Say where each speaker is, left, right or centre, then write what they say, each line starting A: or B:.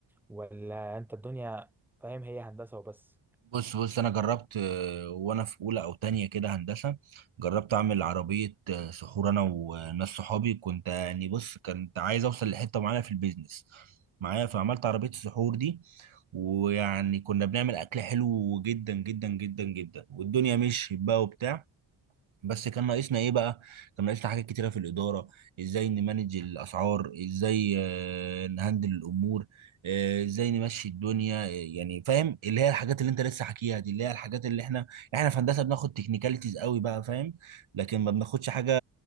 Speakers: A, in the centre; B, on the right.
A: ولا انت الدنيا فاهم هي هندسه وبس
B: بص بص انا جربت آه، وانا في اولى او تانية كده هندسه جربت اعمل عربيه آه، سحور انا وناس صحابي كنت يعني بص كنت عايز اوصل لحته معينه في البيزنس معايا فعملت عربيه السحور دي ويعني كنا بنعمل اكل حلو جدا جدا جدا جدا والدنيا مشيت بقى وبتاع بس كان ناقصنا ايه بقى كان ناقصنا حاجات كتيره في الاداره ازاي نمانج الاسعار ازاي آه، نهندل الامور آه، ازاي نمشي الدنيا آه، يعني فاهم اللي هي الحاجات اللي انت لسه حكيها دي اللي هي الحاجات اللي احنا احنا في هندسه بناخد تكنيكاليتيز قوي بقى فاهم لكن ما بناخدش حاجه